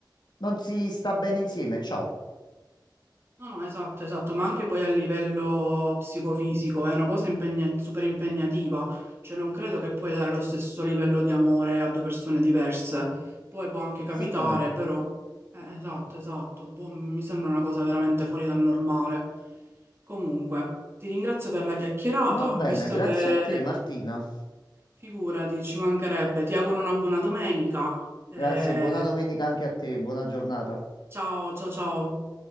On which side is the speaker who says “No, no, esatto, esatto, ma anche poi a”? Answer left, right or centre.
Right